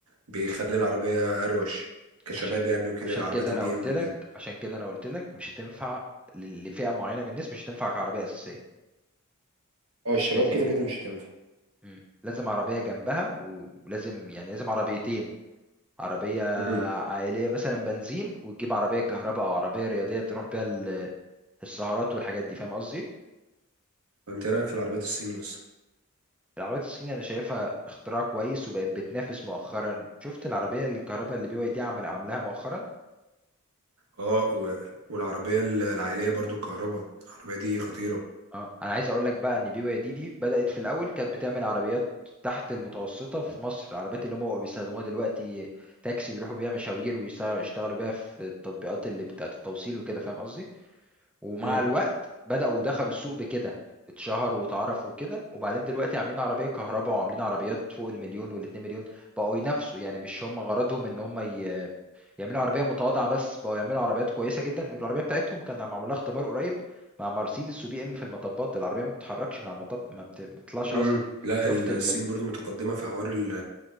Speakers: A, on the right (about 70°); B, in the centre.
A: بيخلي العربية أروش كشباب
B: عشان
A: يعني وكده
B: عشان
A: العربيات
B: كده
A: البي
B: أنا قلت
A: إم وكده
B: لك عشان كده أنا قلت لك مش هتنفع ل- لفئة معينة من الناس مش هتنفع كعربية أساسية
A: اه الشباب
B: لازم
A: كده كده مش هتنفع
B: مم. لازم عربية جنبها و- ولازم يعني لازم عربيتين عربية
A: امم
B: عائلية مثلا بنزين وتجيب عربية كهرباء أو عربية رياضية تروح بيها ال- السهرات والحاجات دي فاهم قصدي؟
A: فأنت إيه رأيك في العربيات الصيني أصلا؟
B: العربيات الصيني انا شايفها اختراع كويس وبقت بتنافس مؤخرا شفت العربيه الكهرباء اللي بي واي دي عمل عاملاها مؤخرا
A: اه و... والعربية ال- العائلية برضو كهرباء العربية دي خطيرة
B: اه انا عايز اقول لك بقى ان بي واي دي دي بدات في الاول كانت بتعمل عربيات تحت المتوسطه في مصر العربيات اللي هم بقوا بيستخدموها دلوقتي تاكسي بيروحوا بيها مشاوير ويشتغلوا بيها في التطبيقات اللي بتاعت التوصيل وكده فاهم قصدي ومع
A: امم
B: الوقت بداوا ودخلوا السوق بكده اتشهروا واتعرفوا وكده وبعدين دلوقتي عاملين عربيه كهرباء وعاملين عربيات فوق المليون والاتنين مليون بقوا ينافسوا يعني مش هم غرضهم ان هم يعملوا عربيه متواضعه بس بقوا يعملوا عربيات كويسه جدا العربيه بتاعتهم كان معمول لها اختبار قريب مع مرسيدس وبي ام في المطبات العربيه ما بتتحركش من على المطب ما بت- ما بتطلعش
A: امم
B: اصلا
A: لا
B: شفت
A: الصين
B: ال
A: برضو متقدمة في حوار ال...